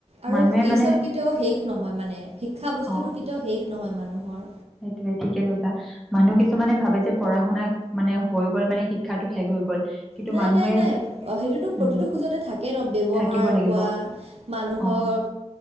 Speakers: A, on the right; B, in the centre.
A: আৰু
B: মানুহে
A: এই
B: মানে
A: চব কেতিয়াও শেষ নহয় মানে, শিক্ষা বস্তুটো
B: অ
A: কেতিয়াও শেষ নহয় মানুহৰ।
B: সেইটোৱে ঠিকে কৈছা, মানুহ কিছুমানে ভাবে যে পঢ়া-শুনা মানে হৈ গ'ল মানে শিক্ষাটো শেষ হৈ গ'ল। কিন্তু
A: নাই,
B: মানুহে
A: নাই, নাই, সেইটোতো
B: উম
A: প্ৰতিটো খোজতে থাকেই ন' ব্যৱহাৰ
B: থাকিব লাগিব
A: কোৱা মানুহক
B: অ